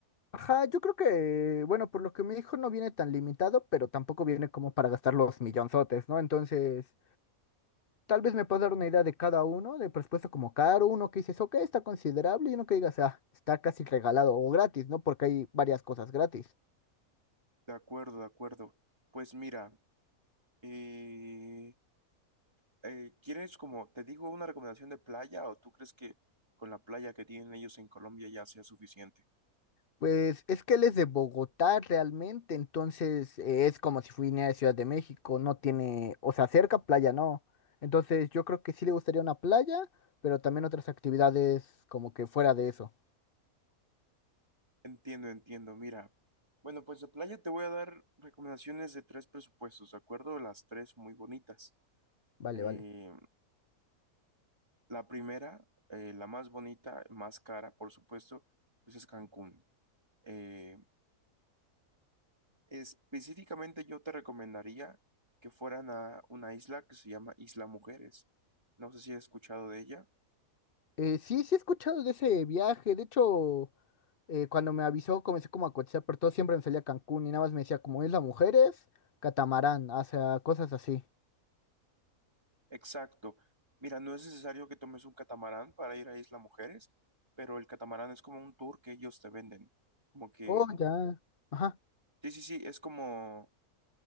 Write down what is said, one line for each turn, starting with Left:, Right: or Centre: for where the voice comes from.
Left: Ajá, yo creo que, bueno, por lo que me dijo no viene tan limitado, pero tampoco viene como para gastar los millonzotes, ¿no? Entonces, tal vez me puedas dar una idea de cada uno, de presupuesto como caro, uno que dices, ok, está considerable, y uno que digas, ah, está casi regalado o gratis, ¿no? Porque hay varias cosas gratis.
Right: De acuerdo, de acuerdo. Pues mira, eh, Eh, ¿quieres como, te digo, una recomendación de playa o tú crees que con la playa que tienen ellos en Colombia ya sea suficiente?
Left: Pues es que él es de Bogotá realmente, entonces eh, es como si fuera de Ciudad de México, no tiene, o sea, cerca playa, no. Entonces yo creo que sí le gustaría una playa, pero también otras actividades como que fuera de eso.
Right: Entiendo, entiendo. Mira, bueno, pues de playa te voy a dar recomendaciones de tres presupuestos, ¿de acuerdo? Las tres muy bonitas.
Left: Vale,
Right: Eh,
Left: vale.
Right: la primera, eh, la más bonita, más cara, por supuesto, pues es Cancún. Eh, específicamente yo te recomendaría que fueran a una isla que se llama Isla Mujeres. No sé si has escuchado de ella.
Left: Eh, sí, sí he escuchado de ese viaje, de hecho, eh, cuando me avisó comencé como a cotizar, pero todo siempre me salía Cancún y nada más me decía como Isla Mujeres, Catamarán, o sea, cosas así.
Right: Exacto. Mira, no es necesario que tomes un catamarán para ir a Isla Mujeres, pero el catamarán es como un tour que ellos te venden. Como que,
Left: Oh, ya. Ajá.
Right: sí, sí, sí, es como,